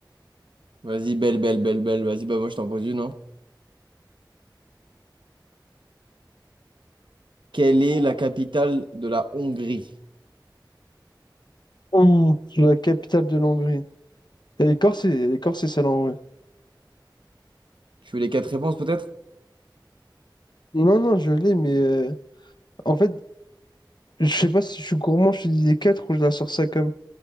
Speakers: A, on the right; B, on the left.
A: Vas-y, belle, belle, belle, belle. Vas-y, bah moi je t'en pose une, hein Quelle est la capitale de la Hongrie?
B: Ouh, la capitale de l'Hongrie. Les Corses, c'est les Corses, c'est celle-là, ouais.
A: Tu veux les quatre réponses peut-être?
B: Non, non, je l'ai, mais euh, en fait, je sais pas si je suis gourmand, je te dis les quatre ou je la sors ça comme.